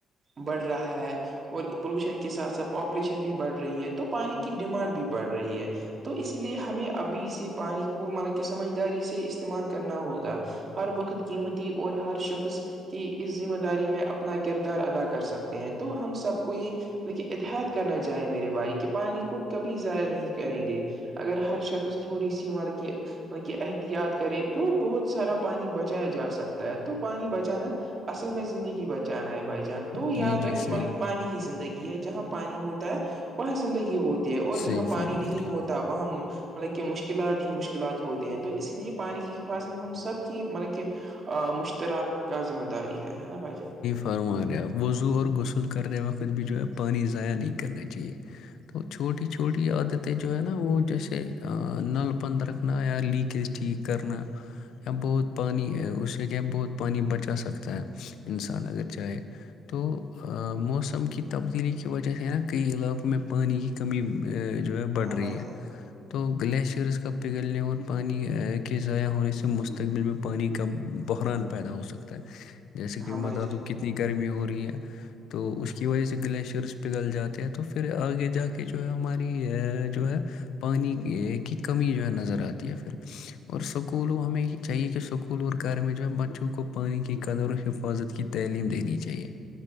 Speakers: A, on the right; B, on the left.
A: بڑھ رہا ہے اور پولوشن کے ساتھ ساتھ پاپولیشن بھی بڑھ رہی ہے تو پانی کی ڈیمانڈ بھی بڑھ رہی ہے تو اس لیے ہمیں ابھی سے پانی کو مطلب کہ سمجھداری سے استعمال کرنا ہوگا ہر وقت قیمتی اور ہر شخص کی اس ذمہ داری میں اپنا کردار ادا کر سکتے ہیں تو ہم سب کو یہ لیکن اتحط کرنا چاہیں میرے بھائی کہ پانی کو کبھی ضائع نہیں کریں گے اگر ہر شخص تھوڑی سی مطلب کہ ان کی احتیاط کرے تو بہت سارا پانی بچایا جا سکتا ہے تو پانی بچانا اصل میں زندگی بچانا ہے بھائی جان تو یاد
B: جی جی
A: رکھیے
B: صحیح
A: مطلب کہ پانی ہی زندگی ہے جہاں پانی ہوتا ہے وہاں زندگی ہوتی ہے اور
B: صحیح
A: جہاں پانی
B: فرما
A: نہیں
B: رہے
A: ہوتا وہاں مطلب کہ مشکلات ہی مشکلات ہوتے ہیں تو اس لیے پانی کی حفاظت ہم سب کی مطلب کہ مشتراک کا ذمہ داری ہے نا بھائی جان
B: فرماے آپ وضو اور غسل کرتے وقت بھی جو ہے پانی ضائع نہیں کرنا چاہیے تو چھوٹی چھوٹی عادتیں جو ہے نا وہ جیسے نل بند رکھنا یا لیکیج ٹھیک کرنا بہت پانی اس سے کیا ہے بہت پانی بچا سکتا ہے انسان اگر چاہے تو موسم کی تبدیلی کی وجہ سے ہے نا کئی علاقوں میں پانی کی کمی ا جو ہے بڑھ
A: ہاں
B: رہی
A: بھائی جان
B: ہے تو گلیشیئرز کا پگھلنے اور پانی کے ضائع ہونے سے مستقبل میں پانی کا بحران پیدا ہو سکتا ہے جیسے کہ
A: ہاں بھائی
B: بتا
A: جان
B: دوں کتنی گرمی ہو رہی ہے تو اس کی وجہ سے گلیشیئرس پگھل جاتے ہیں تو پھر آگے جا کے جو ہے ہماری جو ہے پانی کی کمی جو ہے نظر آتی ہے پھر اور سکول و ہمیں یہ چاہیے کہ سکول اور گھر میں جو ہے بچوں کو پانی کی قدر حفاظت کی تعلیم دینی چاہیے